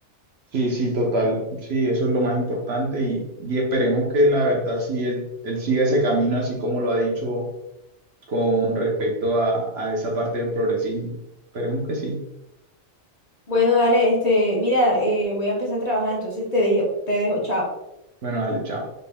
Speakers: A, on the right; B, on the left.
A: Sí, sí, total. Sí, eso es lo más importante y, y esperemos que la verdad sí, él, él siga ese camino así como lo ha dicho con respecto a, a esa parte del progresismo. Esperemos que sí.
B: Bueno, dale, este, mira, eh, voy a empezar a trabajar, entonces te dejo, te dejo, chao.
A: Bueno, dale, chao.